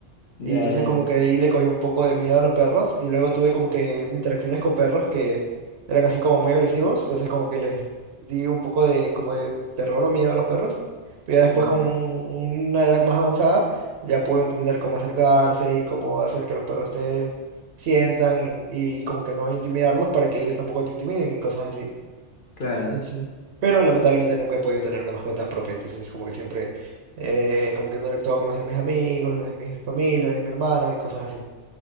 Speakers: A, on the left (about 50°); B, on the right (about 65°).
A: Ya,
B: Y entonces
A: ya,
B: como que ahí le cogí un poco de miedo a los perros y luego tuve como que interacciones con perros que eran así como muy agresivos, entonces como que les di un poco de como de terror o miedo a los perros. Pero ya después
A: ya.
B: con un- una edad más avanzada ya pude entender cómo acercarse y cómo hacer que los perros te sientan y, y como que no intimidarlos para que ellos tampoco te intimiden y cosas así.
A: Claro.
B: Sí, sí. Pero lamentablemente nunca he podido tener una mascota propia, entonces como que siempre, eh, como que interactuaba con los de mis amigos, los de mi familia, los de mi hermana y cosas así.